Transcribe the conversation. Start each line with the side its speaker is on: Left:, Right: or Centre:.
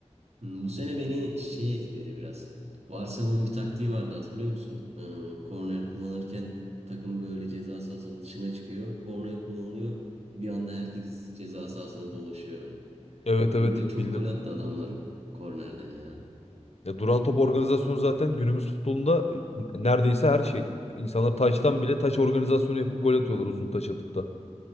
Right: Hmm, Bu sene beni şey etkiledi biraz. Bu Arsenal'ın bir taktiği vardı hatırlıyor musun? Ee, korner kullanırken takım böyle ceza sahasının dışına çıkıyor. Korner kullanılıyor. Bir anda herkes ceza sahasına dolaşıyor.
Left: Evet evet
Right: Böyle çok
Left: bildim.
Right: gol attı adamlar kornerden ya.
Left: Ya duran top organizasyonu zaten günümüz futbolunda e, neredeyse her şey. İnsanlar taçtan bile taç organizasyonu yapıp gol atıyorlar uzun taç atıp da.